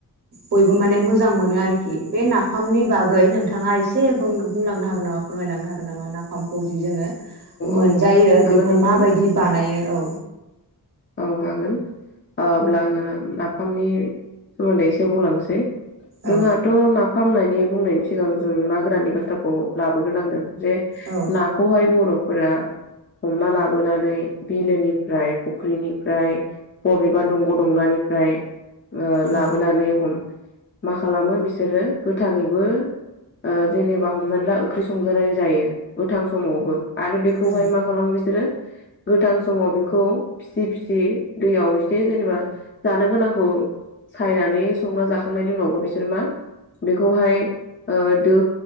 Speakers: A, on the right; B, on the left.
A: बयबो माने मोजां मोनो आरोखि बे नाफामनि बागै नोंथाङा एसे बुंलांनो हागोन नामा फोरमायलांनो हागोन नामा नाफामखौ जि जोङो मोनजायो
B: औ हागोन
A: बेखौ
B: नोंथां
A: माबायदि बानायो औ
B: औ हागोन अब्ला आङो नाफामनि सोमोन्दै एसे बुंलांसै जोंहाथ'
A: औ
B: ना फाहामनायनि बुंनायनि सिगां जों ना गोराननि बाथ्राखौ लाबोग्रोनांगोन जे
A: औ
B: ना बेखौहाय बर'फोरा हमना लाबोनानै बिलोनिफ्राय फुख्रिनिफ्राय बबेबा दंग' दंलानिफ्राय लाबोनानै
A: औ
B: हम मा खालामो बिसोरो गोथाङैबो जेनेबा हमनानै ला ओंख्रि संजानाय जायो गोथां समावबो आरो बेखौहाय
A: औ
B: मा खालामो बिसोरो गोथां समाव बेखौ फि फिसि दैयाव एसे जेनेबा जानो गोनांखौ सायनानै संना जाखांनायनि उनावबो बिसोर मा बेखौहाय दो